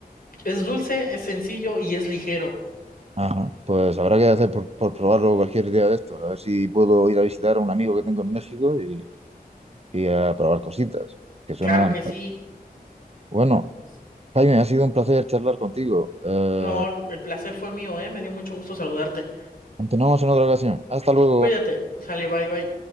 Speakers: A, on the left; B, on the right.
A: Es dulce, es sencillo y es ligero.
B: ajá. Pues habrá que hacer por, por probarlo cualquier día de estos A ver si puedo ir a visitar a un amigo que tengo en México y, y a probar cositas. Que suena.
A: Claro que sí.
B: Bueno.
A: pues,
B: Jaime, ha sido un placer charlar contigo. Eh,
A: No, el el placer fue mío, ¿eh? Me dio mucho gusto saludarte.
B: continuamos en otra ocasión. Hasta luego.
A: Cuídate. Sale, bye, bye.